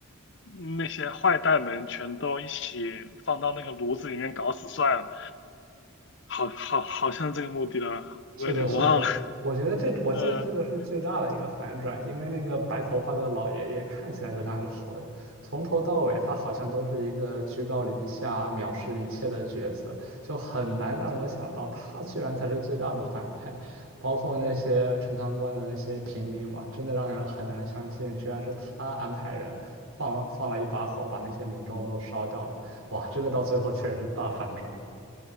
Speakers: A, on the left; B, on the right.
A: 那些坏蛋们全都一起放到那个炉子里面搞死算了，好好好像这个目的了，
B: 是的，
A: 我有点忘了，
B: 是的。我觉得这，我记得这个是最大的一个反转，
A: <laughs>
B: 因为那个白头发的老爷爷看起来就像是好人，从头到尾他好像都是一个居高临下、藐视一切的角色，就很难让人想到他居然才是最大的反派。包括那些陈塘关的那些平民嘛，真的让人很难相信，居然是他安排人放放了一把火，把那些民众都烧掉的。哇，这个到最后确实是大反转。